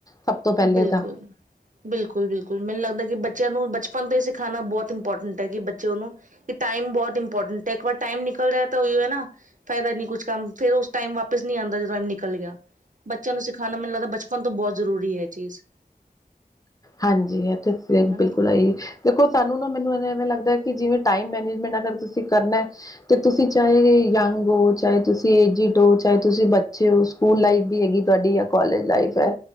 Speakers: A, on the left; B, on the right.
A: ਸਭ ਤੋਂ ਪਹਿਲੇ
B: ਬਿਲਕੁਲ-ਬਿਲਕੁਲ,
A: ਤਾਂ
B: ਬਿਲਕੁਲ! ਮੈਨੂੰ ਲੱਗਦਾ ਕਿ, ਬੱਚਿਆਂ ਨੂੰ ਬਚ ਪਨ ਤੋਂ ਹੀ ਸਿਖਾਣਾ ਬਹੁਤ ਇੰਪੋਰਟੈਂਟ ਹੈ ਕੀ, ਬੱਚੇ ਉਹਨੂੰ ਕਿ, ਟਾਈਮ ਬਹੁਤ ਇੰਪੋਰਟੈਂਟ ਹੈ। ਇੱਕ ਵਾਰ ਟਾਈਮ ਨਿਕਲ ਜਾਏ ਤਾ ਨਾ, ਫਾਇਦਾ ਨੀ ਕੁਛ ਕੰਮ ਫਿਰ ਉਸ ਟਾਈਮ ਵਾਪਿਸ ਨੀ ਆਂਦਾ, ਜਦੋਂ ਟਾਈਮ ਨਿਕਲ ਗਿਆ। ਬੱਚਿਆਂ ਨੂੰ ਸਿਖਾਣਾ ਮੈਨੂੰ ਲੱਗਦਾ ਬਚਪਨ ਤੋਂ, ਬਹੁਤ ਜ਼ਰੂਰੀ ਹੈ ਇਹ ਚੀਜ਼।
A: ਹਾਂਜੀ, ਇੱਹ ਤੇ <inaudible>
B: ਹਨਾ
A: ਬਿਲਕੁਲ ਹੈਈ, ਦੇਖੋ ਸਾਨੂੰ ਨਾ ਮੈਨੂੰ ਏਂਵੇਂ ਲੱਗਦਾ ਕਿ, ਜਿਵੇਂ ਟਾਈਮ ਮੈਨੇਜ ਮੈਨੂੰ ਲਗਦਾ ਅਗਰ ਤੁਸੀਂ ਕਰਨਾ ਤੇ, ਤੁਸੀਂ ਚਾਹੇ ਯੰਗ ਹੋ, ਚਾਹੇ ਤੁਸੀਂ ਏਜਿਡ ਹੋ, ਚਾਹੇ ਤੁਸੀਂ ਬੱਚੇ ਹੋ ਸਕੂਲ ਲਾਈਫ ਵੀ ਹੈਗੀ ਤੁਹਾਡੀ ਯਾਂ, ਕੋਾਲਜ ਲਾਈਫ ਹੈ,